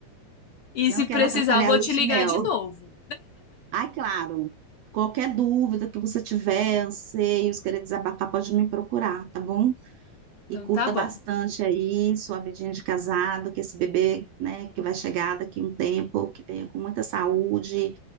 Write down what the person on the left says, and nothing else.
E se
precisar,
eu vou
te ligar
de novo.
Então
tá bom.